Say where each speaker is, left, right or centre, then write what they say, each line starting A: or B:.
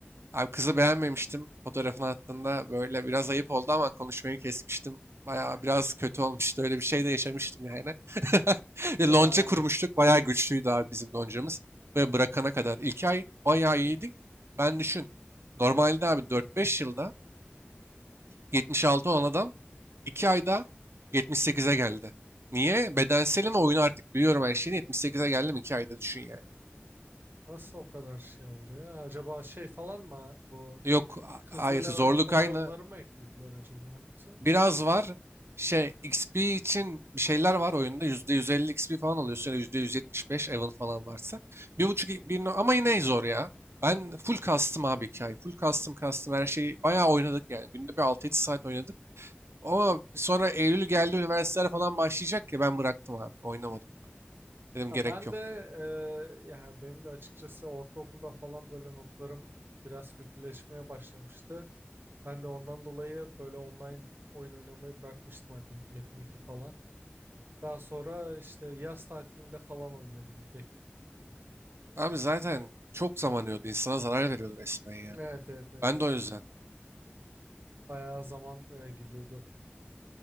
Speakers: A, on the right; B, on the right.
A: Abi kızı beğenmemiştim. Fotoğrafını attığında böyle biraz ayıp oldu ama konuşmayı kesmiştim. Bayağı
B: Eh,
A: biraz kötü olmuştu. Öyle bir şey de yaşamıştım yani. <laughs> Bir
B: ee,
A: lonca kurmuştuk. Bayağı güçlüydü abi bizim loncamız. Ve bırakana kadar. İki ay bayağı iyiydik. Ben düşün. Normalde abi dört beş yılda 76 olan adam 2 ayda yetmiş sekize geldi. Niye? Bedenselim ve oyunu artık biliyorum her şeyini. 78'e geldim 2 ayda düşün yani.
B: nasıl o kadar şey oldu ya? Acaba şey falan mı bu
A: Yok a-
B: Hızlı
A: hayır zorluk
B: level atlama
A: aynı.
B: yolları mı eklediler acaba yoksa?
A: Biraz var. Şey XP için bir şeyler var oyunda. %150 XP falan alıyorsun. ya da %175 Evan falan varsa. Bir buçuk bir, no- ama yine zor ya. Ben full custom abi hikaye. Full custom custom her şeyi bayağı oynadık yani. Günde bir 6-7 saat oynadık. Ama sonra Eylül geldi üniversiteler falan başlayacak ya ben bıraktım abi. Oynamadım. Dedim
B: Ha,
A: gerek
B: ben
A: yok
B: de
A: ya.
B: e, yani benim de açıkçası ortaokulda falan böyle notlarım biraz kötüleşmeye başlamıştı. Ben de ondan dolayı böyle online oyun oynamayı bırakmıştım hadi Metin 2 falan. Daha sonra işte yaz tatilinde falan oynuyordum bir tek.
A: Abi zaten çok zaman yiyordu. insana zarar veriyordu resmen ya.
B: Evet evet evet.
A: Ben de o
B: Ha,
A: yüzden.
B: Bayağı zaman e, gidiyordu.